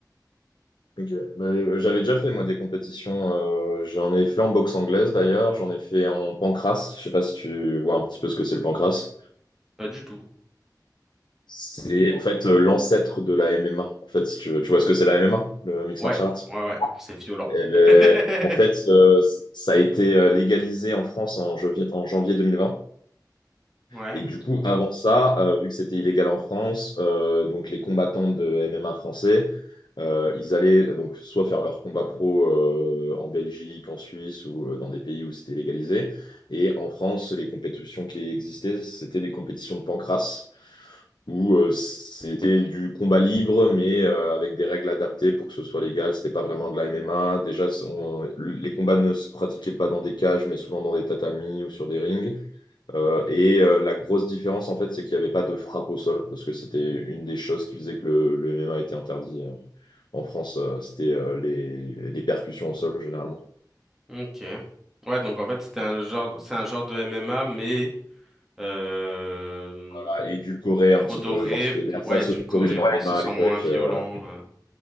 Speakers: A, on the left; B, in the centre.
A: Ok. Bah, euh, j'avais déjà fait moi des compétitions. euh, j'en ai fait en boxe anglaise d'ailleurs. J'en ai fait en pancrace. Je sais pas si tu vois un petit peu ce que c'est le pancrace.
B: Pas du tout.
A: C'est en fait euh, l'ancêtre de la MMA. En fait, si tu veux- tu vois ce que c'est la MMA, le mixed
B: Ouais,
A: martial arts.
B: ouais, ouais, c'est violent.
A: Eh ben,
B: <laughs>
A: en fait, euh, c- ça a été euh, légalisé en France en, janvier en janvier 2020.
B: Ouais,
A: Et du coup, avant ça, euh, vu que c'était illégal en France, euh, donc les combattants de MMA français, euh, ils allaient euh, donc soit faire leur combat pro euh, en Belgique, en Suisse ou euh, dans des pays où c'était légalisé. Et en France, les compétitions qui existaient, c'était des compétitions de pancrace où euh, c'était du combat libre, mais euh, avec des règles adaptées pour que ce soit légal. C'était pas vraiment de la MMA. Déjà, on- les combats ne se pratiquaient pas dans des cages, mais souvent dans des tatamis ou sur des rings. Euh, et euh, la grosse différence, en fait, c'est qu'il n'y avait pas de frappe au sol, parce que c'était une des choses qui faisait que le, le MMA était interdit euh, en France. euh, c'était euh, les, les percussions au sol, généralement.
B: ok. Ouais, donc en fait, c'était un genre, c'est un genre de MMA, mais euh,
A: Bah, édulcoré
B: Redorer,
A: un petit peu, genre c'était l'ersatz
B: ouais, édulcorer
A: autorisé dans
B: pour
A: le MMA
B: que ce soit
A: à l'époque.
B: moins violent.
A: euh,
B: euh.